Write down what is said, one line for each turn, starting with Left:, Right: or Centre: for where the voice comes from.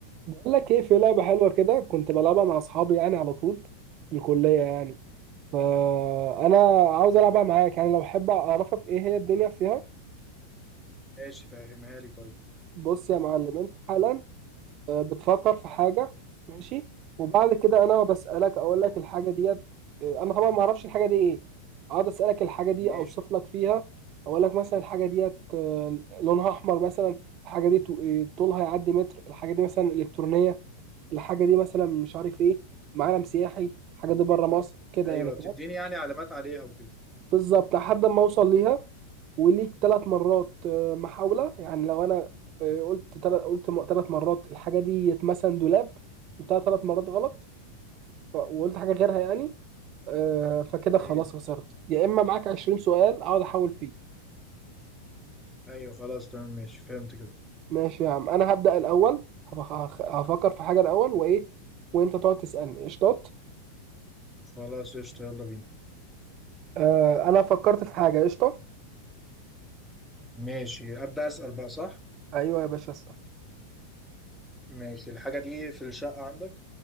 Right: بقول لك ايه في لعبه حلوه كده كنت بلعبها مع اصحابي يعني على طول في الكليه يعني فانا عاوز العبها معاك يعني لو حابب اعرفك ايه هي الدنيا فيها
Centre: ماشي فهمها لي طيب
Right: بص يا معلم انت حالا آه، بتفكر في حاجه ماشي وبعد كده انا بسالك اقول لك الحاجه ديت آه، انا طبعا ما اعرفش الحاجه دي ايه اقعد اسالك الحاجه دي
Centre: ماشي
Right: اوصف لك فيها اقول لك مثلا الحاجه ديت آه، لونها احمر مثلا الحاجه دي تو- آه، طولها يعدي متر الحاجه دي مثلا الكترونيه الحاجه دي مثلا مش عارف ايه معلم سياحي الحاجه
Centre: ماشي
Right: دي بره مصر كده
Centre: ايوه
Right: يعني فاهم؟
Centre: بتديني يعني علامات عليها وكده
Right: بالظبط لحد ما اوصل ليها وليك ثلاث مرات آه، محاوله يعني لو انا آه، قلت ثلاث قلت ثلاث مرات الحاجه دي مثلا دولاب قلتها ثلاث مرات غلط ف- وقلت حاجه غيرها يعني آه، فكده
Centre: ايوه
Right: خلاص خسرت يا اما معاك 20 سؤال اقعد احاول فيه
Centre: ايوه خلاص تمام ماشي فهمت كده
Right: ماشي يا عم انا هبدا الاول هف- هخ- هفكر في حاجه الاول وايه وانت تقعد تسالني قشطات
Centre: خلاص قشطة يلا بينا
Right: آه، انا فكرت في حاجه قشطه
Centre: ماشي ابدا اسال بقى صح
Right: ايوه يا باشا اسأل.
Centre: ماشي الحاجه دي في الشقه عندك